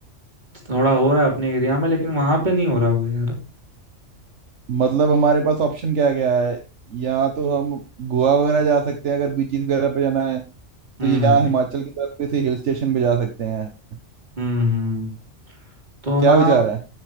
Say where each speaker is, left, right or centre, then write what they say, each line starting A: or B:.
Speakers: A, on the right; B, on the right.
A: थोड़ा हो रहा है अपने एरिया में लेकिन वहां पे नहीं हो रहा होगा यार
B: मतलब हमारे पास ऑप्शन क्या क्या है या तो हम गोवा वगैरह जा सकते हैं अगर बीचेस वगैरह पे जाना है
A: हम्म
B: तो या हिमाचल की तरफ किसी हिल स्टेशन पे जा सकते हैं
A: हम्म हम्म। तो
B: क्या
A: ना
B: विचार है